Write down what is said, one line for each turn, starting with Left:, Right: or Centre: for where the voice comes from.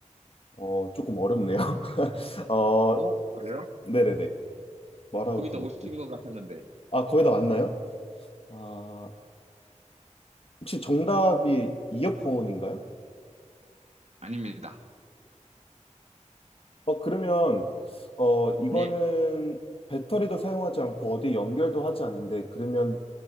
Left: 어, 조금 어렵네요. <laughs> 어,
Right: 어, 그래요?
Left: 네네네. 말하고
Right: 거의
Left: 들을
Right: 다 오신
Left: 때.
Right: 것 같았는데.
Left: 아, 거의 다 왔나요? 아, 혹시 정답이 이어폰인가요?
Right: 아닙니다.
Left: 어, 그러면, 어, 이거는
Right: 예.
Left: 배터리도 사용하지 않고 어디 연결도 하지 않는데, 그러면